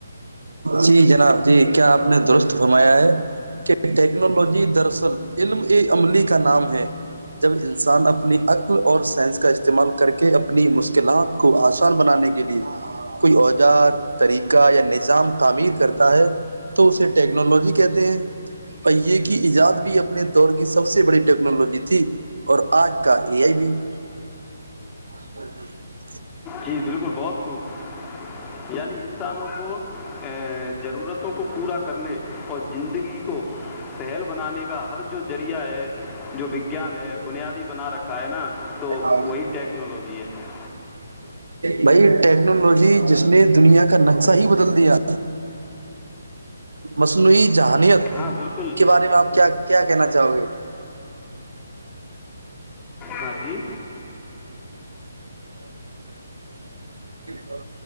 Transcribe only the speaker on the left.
جی بالکل بہت خوب یعنی انسانوں کو ضرورتوں کو پورا کرنے اور زندگی کو سہل بنانے کا ہر جو ذریعہ ہے جو وگیان ہے بنیادی بنا رکھا ہے نا تو
وہی ٹیکنالوجی ہے
ہاں بالکل
ہاں جی